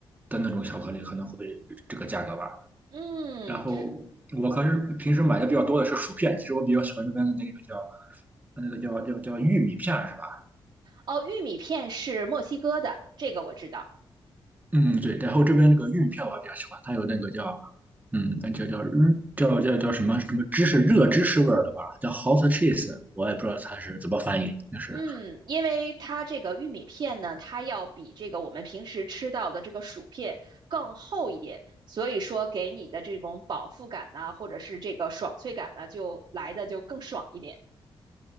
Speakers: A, on the right; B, on the right.
A: 的那种巧克力，可能会这个价格吧。
B: 嗯，
A: 然后我可是平时买的比较多的是薯片，其实我比较喜欢那边的那个叫那个叫叫叫玉米片是吧？
B: 哦，玉米片是墨西哥的，这个我知道。
A: 嗯，对，然后这边那个玉片我比较喜欢，它有那个叫嗯，那叫叫嗯叫叫叫什么什么芝士热芝士味儿的吧，叫 hot cheese，我也不知道它是怎么翻译，就是
B: 嗯，因为它这个玉米片呢，它要比这个我们平时吃到的这个薯片更厚一点，所以说给你的这种饱腹感呐、或者是这个爽脆感呢，就来的就更爽一点。